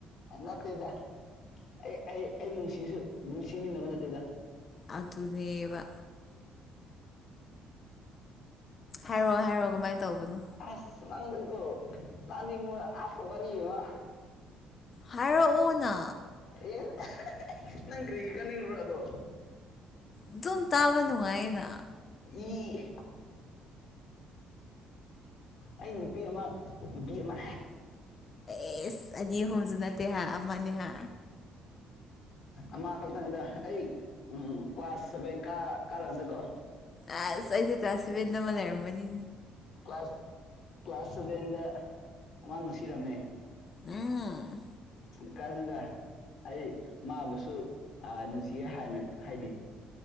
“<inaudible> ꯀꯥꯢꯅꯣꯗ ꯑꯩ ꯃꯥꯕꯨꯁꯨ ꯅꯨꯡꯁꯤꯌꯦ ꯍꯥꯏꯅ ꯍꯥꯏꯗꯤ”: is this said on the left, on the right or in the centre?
Left